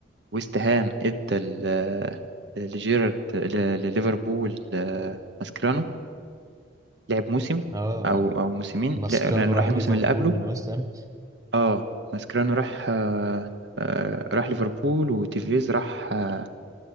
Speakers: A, on the right; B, on the right.
A: ويست هام ادى ل- لجيرارد ل- لليفربول آه، ماسكرانو لعب موسم
B: اه
A: او او موسمين
B: ماسكرانو
A: لا- لانه
B: راح
A: راح الموسم
B: ليفربول
A: اللي قبله
B: من ويست هام
A: اه ماسكرانو راح آه آه راح ليفربول وتيفيز راح آه